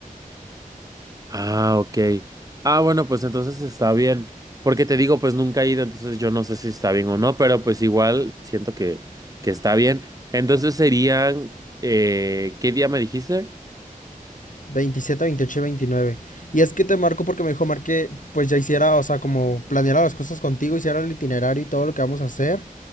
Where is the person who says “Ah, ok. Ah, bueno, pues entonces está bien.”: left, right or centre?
Right